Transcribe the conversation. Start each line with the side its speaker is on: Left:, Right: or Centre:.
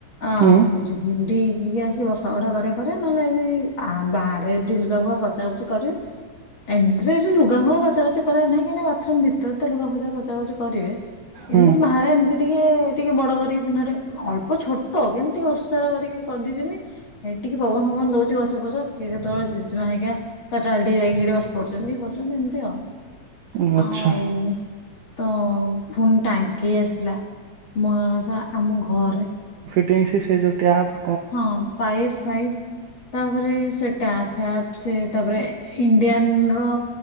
Left: ଆ
Right: ହୁଁ
Left: ଯିଦି ଡି ଇଏ ଆସି ବ ସ ଉଡା କରିବ କରେ ନହେଲେ ଦି ଆ ବାହାରେ ଦି ଲୁଗା ପଚା ପଚି କଚି କରିବେ, ଏମିତିରେ ବି ଲୁଗା ମୁ କଚା କଚି କରେ ନାଇଁ କ ବାଥରୁମ ଭି ତ ଲୁଗା ପୂଜା କଚା କଚି କରେ,
Right: ହୁଁ
Left: କିନ୍ତୁ ବାହାରେ ଏମତି ଟିକେ ଟିକେ ବଡ କରିକି ପିଣ୍ଢା ଟେ, ଅଳ୍ପ ଛୋଟ କେମିତି ଓସାର କରିକି କରିଦେଇଚନ୍ତି, ଟିକେ ପବନ ଫବନ ଦଉଚି, ଗଛ ଫଛ କିଏ କେତେବେଳେ ଜେଜେ ମା ହେଇକା ସକାଳୁ ଟିକେ ଯାଇକି ସେଠି ବସି ପଡୁଛନ୍ତି କରୁଚନ୍ତି ଏମିତି ଆଉ।
Right: ହୁଁ ଆଚ୍ଛା
Left: ଆଉ। ତ ଫୁଣି ଟାଙ୍କି ଆସିଲା, ମର ଆମ ଘରେ -
Right: ଟିଙ୍ଗ ସେ ଟାପ୍
Left: ହଁ ପାଏସାଇଜ୍ ତାପରେ ସେ ଟ୍ୟାପ ଫ୍ୟାପ ସେ ତାପରେ ଇଣ୍ଡିଆନର